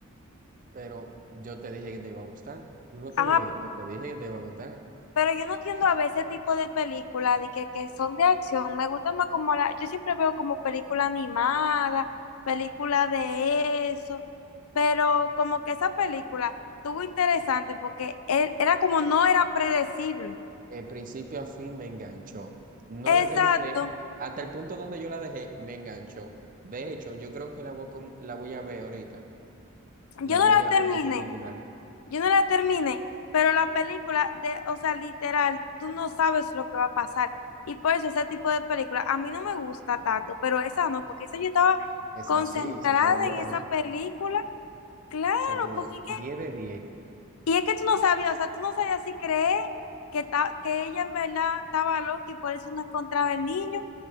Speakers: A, on the right; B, on the left.
A: pero yo te dije que te iba a gustar. No te
B: ajá,
A: dije, yo te dije que te iba a gustar.
B: pero yo no tiendo a ver ese tipo de películas de que, que son de acción, me gusta más como la, yo siempre veo como película animada, película de eso, pero como que esa película estuvo interesante porque e- era como no era predecible.
A: De principio a fin me enganchó. No la
B: Exacto,
A: terminé. Hasta el punto donde yo la dejé, me enganchó. De hecho, yo creo que la voy a, com- la voy a ver ahorita.
B: yo
A: La
B: no
A: voy
B: la
A: a
B: terminé,
A: tener que terminar.
B: Yo no la terminé, pero la película de, o sea, literal, tú no sabes lo que va a pasar. Y por eso ese tipo de película a mí no me gusta tanto, pero esa no, porque esa yo estaba
A: Es
B: concentrada
A: así, se tuvo buena.
B: en esa película. Claro,
A: Se tuvo
B: porque es que,
A: diez de diez
B: y es que tú no sabías, o sea, tú no sabías si creer que, ta- que ella en verdad estaba loca y por eso no encontraba el niño,